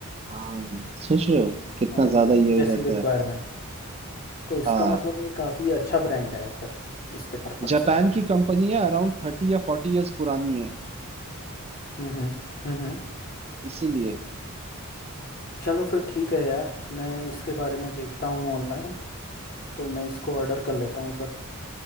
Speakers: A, on the right; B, on the left.
A: हाँ सोच रहे हो कितना
B: अ,
A: ज्यादा ये हो
B: जैसी
A: जाता
B: रिक्वायरमेंट
A: है
B: तो इसका
A: हाँ
B: मतलब ये काफ़ी अच्छा ब्रांड है फिर इसके पर्पज
A: जापान
B: से
A: की कंपनी है अराउंड थर्टी या फोर्टी इयर्स पुरानी है
B: हम्म हम्म हम्म हम्म।
A: इसीलिए
B: चलो फिर ठीक है यार मैं इसके बारे में देखता हूँ ऑनलाइन तो मैं इसको ऑर्डर कर लेता हूँ फिर